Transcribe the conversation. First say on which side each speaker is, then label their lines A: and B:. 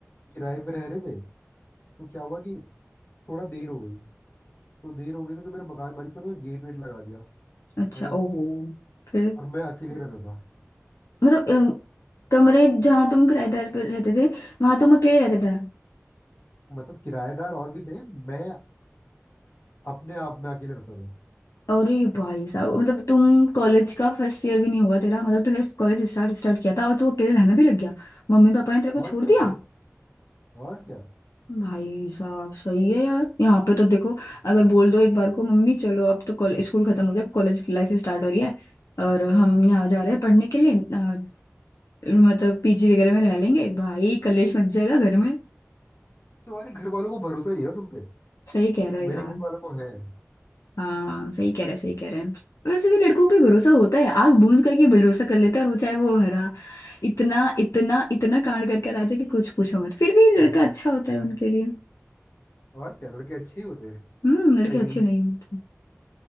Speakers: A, on the left; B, on the left.
A: किराए पे रह रहे थे तो क्या हुआ कि थोड़ा देर हो गई तो देर हो गई तो जो मेरा मकान मालिक था उन्होंने गेट वेट लगा दिया
B: अच्छा
A: है ना
B: ओहो फिर
A: और मैं अकेले रहता था
B: मतलब अ, कमरे जहाँ तुम किराएदार पर रहते थे वहां तुम अकेले रहते थे
A: मतलब किराएदार और भी थे मैं अपने आप में अकेले रहता था
B: अरे भाई साहब मतलब तुम कॉलेज का फर्स्ट ईयर भी नहीं हुआ तेरा मतलब तूने कॉलेज स्टार्ट स्टार्ट किया था और तू अकेले रहना भी लग गया मम्मी पापा ने तेरे को
A: और
B: छोड़
A: क्या
B: दिया
A: भाई और क्या
B: भाई साहब सही है यार यहाँ पे तो देखो अगर बोल दो एक बार को मम्मी चलो अब तो कॉलेज स्कूल खत्म हो गया अब कॉलेज की लाइफ स्टार्ट हो रही है और हम यहाँ जा रहे हैं पढ़ने के लिए अ, मतलब पीजी वगैरह में रह लेंगे भाई कलेश मच जाएगा घर में
A: तुम्हारे घर वालों को भरोसा नहीं है ना तुम पे
B: सही कह रहे हो
A: मेरे
B: यार
A: घर वालों को है
B: हाँ सही कह रहे हैं, सही कह रहे हैं वैसे भी लड़कों पे भरोसा होता है आग बूंद करके भरोसा कर लेते हैं और वो चाहे वो हरा इतना इतना इतना कांड करके राजा कि कुछ पूछो मत फिर भी लड़का अच्छा होता है उनके लिए
A: और क्या लड़के अच्छे ही होते हैं
B: हम्म लड़के
A: शरीफ
B: अच्छे नहीं होते